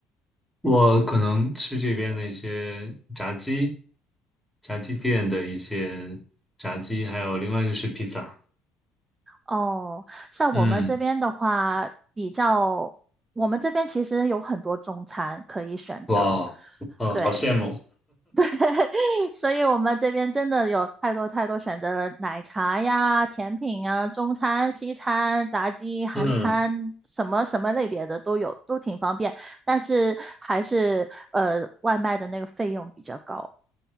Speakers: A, in the centre; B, on the right (about 20°).
A: 我可能吃这边的一些炸鸡、炸鸡店的一些炸鸡，还有另外就是披萨。
B: 哦，像我们这边的话，
A: 嗯，
B: 比较我们这边其实有很多中餐可以选择，
A: 哇哦，嗯，
B: 对。
A: 好羡慕。
B: <laughs> 所以我们这边真的有太多太多选择了，奶茶呀、甜品啊、中餐、西餐、炸鸡、韩餐，
A: 嗯
B: 什么什么类别的都有，都挺方便。但是还是呃，外卖的那个费用比较高。